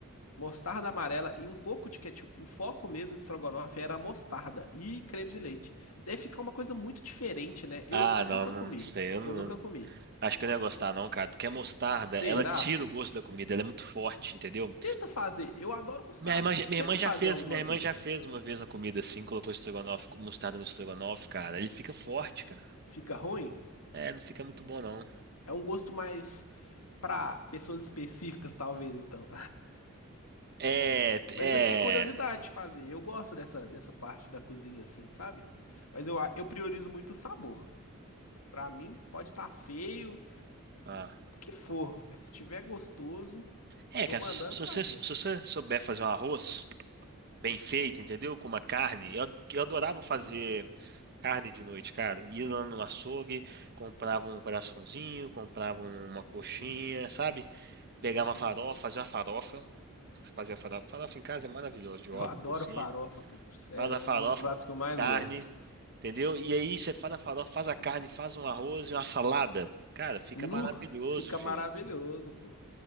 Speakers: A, on the left (about 90°); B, on the right (about 50°).
A: Mostarda amarela e um pouco de ketchup. O foco mesmo do estrogonofe era a mostarda e creme de leite. Deve ficar uma coisa muito diferente, né? Eu
B: Ah,
A: nunca
B: não, não
A: comi.
B: sei. Eu não,
A: Eu nunca comi.
B: acho que eu não ia gostar, não, cara. Porque a mostarda,
A: Será,
B: ela tira
A: pô?
B: o gosto da comida, ela é muito forte, entendeu?
A: Tenta fazer. Eu adoro mostarda,
B: Minha irmã,
A: pô.
B: já- minha
A: Tenta
B: irmã já
A: fazer
B: fez,
A: alguma
B: minha irmã
A: vez.
B: já fez uma vez a comida assim, colocou estrogonofe, mostarda no estrogonofe, cara. Ele fica forte, cara.
A: Fica ruim?
B: É, não fica muito bom, não.
A: É um gosto mais pra pessoas específicas, talvez, então.
B: É,
A: Mas
B: é.
A: eu tenho curiosidade de fazer. Eu gosto dessa, dessa parte da cozinha assim, sabe? Mas eu, a- eu priorizo muito o sabor. Pra mim, pode estar feio,
B: Ah.
A: o que for, mas se tiver gostoso,
B: É,
A: tô
B: cara,
A: mandando
B: se, se
A: pra
B: você,
A: dentro.
B: se você souber fazer um arroz bem feito, entendeu? Com uma carne, eu, eu adorava fazer.
A: Uhum,
B: Carne de noite, cara. Ia lá no açougue, comprava um coraçãozinho, comprava uma coxinha,
A: uhum,
B: sabe? Pegava
A: uhum.
B: uma farofa, fazia uma farofa. Você fazia farofa. Farofa em casa é maravilhosa, de
A: Eu
B: ovos,
A: adoro
B: assim.
A: farofa, pô. Sério,
B: Faz a
A: é
B: farofa,
A: um dos pratos que eu mais
B: carne,
A: gosto.
B: entendeu? E aí você faz a farofa, faz a carne, faz um arroz e uma salada. Cara, fica
A: Nu,
B: maravilhoso,
A: fica
B: filho.
A: maravilhoso, pô.